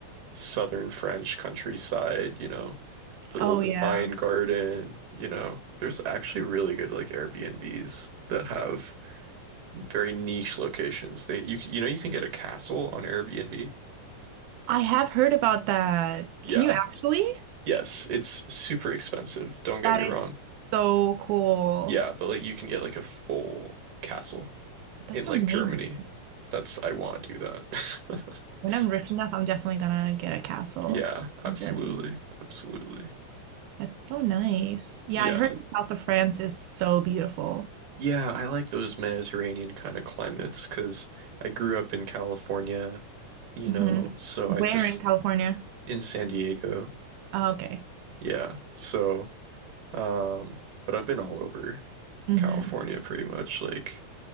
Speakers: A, on the right; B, on the right.
A: southern French countryside, you know, little
B: Oh yeah.
A: wine garden, you know. There's actually really good like Airbnbs that have very niche locations. They you c- you know you can get a castle on Airbnb.
B: I have heard about that.
A: Yeah.
B: Can you actually?
A: Yes, it's super expensive. Don't get
B: That
A: me
B: is
A: wrong.
B: so cool.
A: Yeah, but like you can get like a full castle
B: That's
A: in like
B: amazing.
A: Germany. That's I want to do that. <laughs>
B: When I'm rich enough, I'm definitely gonna get a castle
A: Yeah, absolutely.
B: in Germany.
A: Absolutely.
B: That's so nice. Yeah,
A: Yeah.
B: I heard the south of France is so beautiful.
A: Yeah, I like those Mediterranean kind of climates because I grew up in California, you
B: hmm
A: know, so
B: Where
A: I just
B: in California?
A: in San Diego.
B: Oh, okay.
A: Yeah. So, um, but I've been all over
B: hmm
A: California pretty much. Like